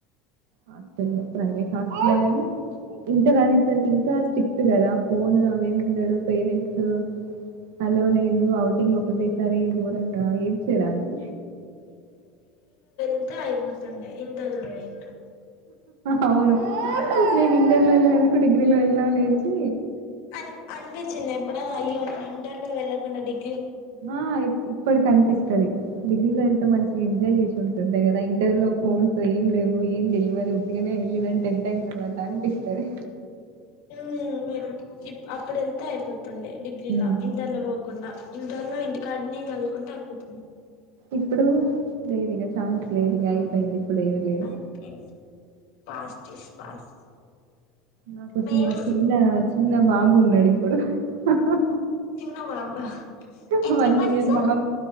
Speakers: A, on the right; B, on the left.
A: అ ప్రైవేట్ ట్గాని ఇంటర్ అనేసరికి ఇంకా స్ట్రిక్ట్ కదా ఫోన్ అవేమి ఉండడు పేరెంట్స్ హలో లేదు అవుటింగ్ ఒకటేసారి దూరంగా ఏడ్చేదన్ని
B: <unintelligible> అయిపోతున్న ఇందల్ ఇందు
A: అవును నేను ఇంటర్లో ఎల్లి నాను డిగ్రీలో ఎలా నేర్చి
B: అన్ అన్ అనిపించింది ఎబ్బుడైన ఇయ్యాల అన్ ఇంటర్ లో వెళ్లకుండ డిగ్
A: ఆ ఇ ఇప్పటికి అనిపిస్తది డిగ్రీలో వెళ్తే మంచిగా ఎంజాయ్ చేసి ఉంటుంటాయి కదా ఇంటర్లో ఫోన్స్ ఏం లేవు ఏంటి లేవు అది ఉట్టుగానే వెళ్ళిదని టెన్త్ అయిన తర్వాత అనిపిస్తది
B: హ్మ్ మీరు ఇ అప్పుడు వెళ్తే అయిపో తుండే డిగ్రీ
A: హ్మ్.
B: లా ఇంటర్ లో పో కుండా ఇంటర్ లో ఇంటి కాడనే చదువుకుంటే అయిపోతుంది
A: ఇప్పుడు లేదు ఇగ ఛాన్స్ లేదుగ అయిపోయింది ఇప్పుడు ఏది లేదు
B: అయి పెన్స్ పాస్ట్ ఇస్ పాస్ట్
A: నాకి
B: మేము
A: చిన చ్చినాచ్ చిన్న బాబు ఉన్నడు ఇప్పుడు హ్మ్
B: చిన్న బాబు ఎన్ని
A: హు one
B: months
A: ఇయర్ బ్యాక్